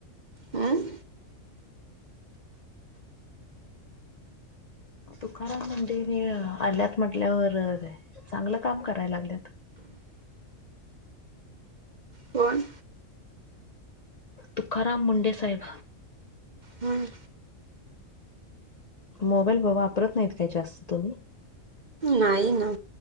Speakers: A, on the right; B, on the left.
A: हं
B: तुकाराम मुंडे आल्यात म्हटल्यावर चांगलं काम करायला लागल्यात.
A: कोण?
B: तुकाराम मुंडे साहेब.
A: हम्म.
B: मोबाईल वापरत नाहीत काय जास्त तुम्ही?
A: नाही ना.